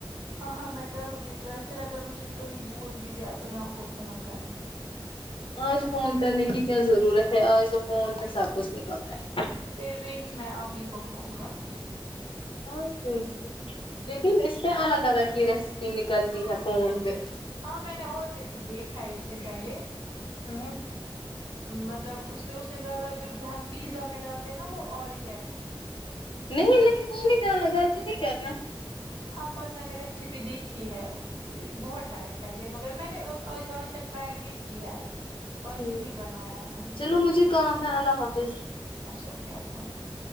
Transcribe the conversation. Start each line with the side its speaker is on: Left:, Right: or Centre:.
Right: ہاں ہاں میں کروں گی ٹرائی پھر اگر مجھے کہیں بھول بھی گیا تو میں آپ کو فون کروں گی
Left: آج فون کرنے کی کیا ضرورت ہے آج تو فون پہ سب کچھ نکلتا ہے
Right: پھر بھی میں آپ ہی کو فون کروں گی
Left: ہاں کی لیکن اس پہ الگ الگ کی ریسیپی نکلتی ہے فون پہ
Right: ہاں میں نے اور ریڈی دےھائیس پے
Left: ہوں
Right: مطلب اس میں اس نے ڈالا جو بہم پیزا میں ڈالتے نا وہ اورگ نو
Left: نہیں نہیں میں نہیں ڈالنا گغل کی نہیں کرنا
Right: ہاں پر میں نے ریسیپی دیکھی ہے بہت ٹائم پہلے مگر میں نے آج تک ٹرائی نہیں کیا ہے آج
Left: ٹھیک،
Right: تک نہیں بنایا ہے میں نے
Left: چلو مجھے کام ہے اللہ حافظ
Right: شوکے اللہ حافظ